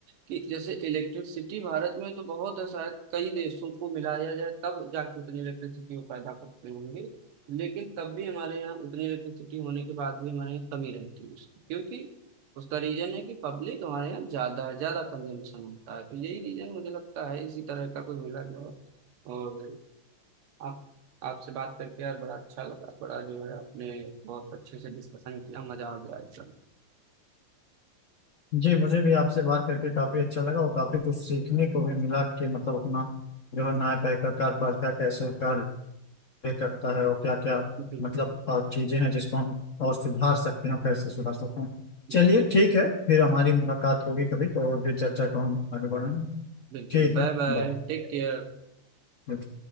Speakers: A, on the right; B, on the left.
A: कि जैसे इलेक्ट्रिसिटी भारत में तो बहुत है शायद कई देशों को मिलाया जाए तब जाके उतनी इलेक्ट्रिसिटी वो पैदा करते होंगे लेकिन तब भी हमारे यहाँ उतनी इलेक्ट्रिसिटी होने के बाद भी हमारे यहाँ कमी रहती है उसकी क्योंकि उसका रीजन है कि पब्लिक हमारे यहाँ ज्यादा है ज्यादा कंजम्पशन होता है तो यही रीजन मुझे लगता है इसी तरह का कुछ मिला जुला और आप आपसे बात करके यार बड़ा अच्छा लगा बड़ा जो है आपने बहुत अच्छे से डिस्कशन किया मजा आ गया एकदम
B: जी मुझे भी आपसे बात करके काफी अच्छा लगा और काफी कुछ सीखने को भी मिला कि मतलब अपना जो है न्यायपालिका कार्यपालिका कैसे कार्य ये करता है और क्या क्या
A: बिल्कुल
B: मतलब अ, चीजें हैं जिसको हम और सुधार सकते हैं और कैसे सुधार सकते हैं
A: बिल्कुल
B: चलिए ठीक है फिर हमारी मुलाकात होगी कभी तो और भी चर्चा को हम आगे बढ़ाएंगे
A: बिल्कुल
B: ठीक
A: बाय
B: है
A: बाय
B: बाय
A: टेक केयर
B: ठीक